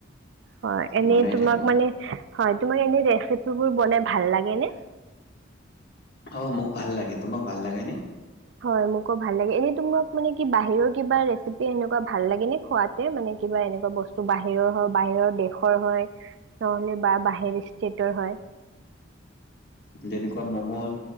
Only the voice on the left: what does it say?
বনাই
থাকো
অ মোক ভাল লাগে তোমাক ভাল লাগে নে।
যেনেকুৱা ম'ম'